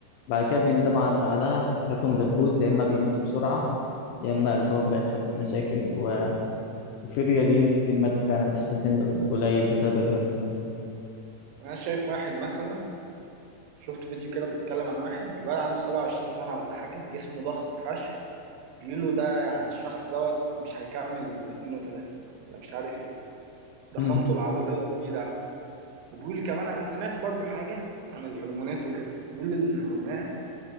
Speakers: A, on the left (about 80°); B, on the right (about 80°).
A: بعد كده بيندموا على- بعدها صحتهم بتبوظ يا اما بيموتوا بسرعه يا اما قلبهم بيحصل فيه مشاكل و- وفي رياضيين كتير ماتوا فعلا بس في سن قليل بسبب الهرمونات
B: أنا شايف واحد مثلا شفت فيديو كده بيتكلم عن واحد الولد عنده 27 سنة ولا حاجة جسمه ضخم فشخ بيقولوا ده يعني الشخص دوت مش هيكمل ال 32 ولا مش عارف ايه ضخامته
A: امم
B: العضلية كبيرة أوي وبيقول كمان أنا سمعت برضو حاجة عن الهرمونات وكده بيقول إن الهرمونات